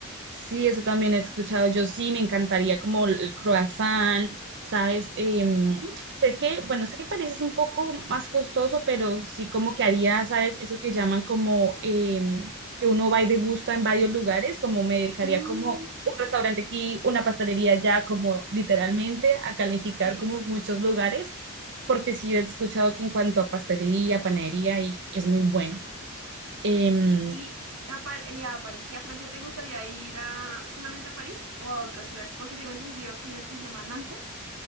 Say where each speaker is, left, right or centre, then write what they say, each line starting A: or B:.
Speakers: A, on the right (about 55°); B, on the right (about 85°).
A: Sí, eso también he escuchado. Yo sí me encantaría como el croissant, ¿sabes? Em,
B: Ujú.
A: sé que, bueno, sé que parece es un poco más costoso, pero sí como que haría, ¿sabes? Eso que llaman como em, que uno va y degusta en varios lugares, como me dedicaría
B: Mm,
A: como un restaurante aquí, una pastelería allá, como literalmente a calificar
B: sí,
A: como muchos lugares, porque sí he escuchado que en cuanto a pastelería, panadería, y es muy bueno. Em,
B: sí. ¿Y a, Par- eh, a París y a Francia te gustaría ir a, solamente a París o a otras ciudades? Porque tengo entendido que hay una que se llama Nantes,